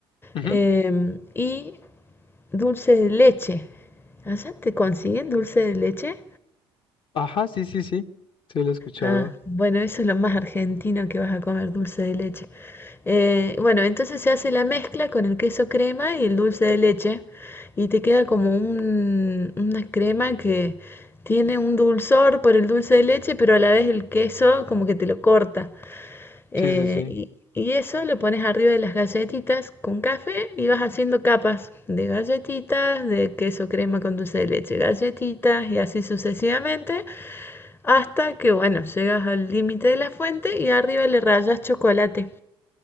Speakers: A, on the left; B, on the left.
A: ujú.
B: em, y dulce de leche. ¿Allá te consiguen dulce de leche?
A: Ajá, sí, sí, sí. Sí, lo he escuchado.
B: Ah, bueno, eso es lo más argentino que vas a comer, dulce de leche. Eh, bueno, entonces se hace la mezcla con el queso crema y el dulce de leche y te queda como un- una crema que tiene un dulzor por el dulce de leche, pero a la vez el queso como que te lo corta. Eh,
A: Sí, sí, sí.
B: y, y eso lo pones arriba de las galletitas con café y vas haciendo capas de galletitas, de queso crema con dulce de leche, galletitas y así sucesivamente. Hasta que, bueno, llegas al límite de la fuente y arriba le rayas chocolate,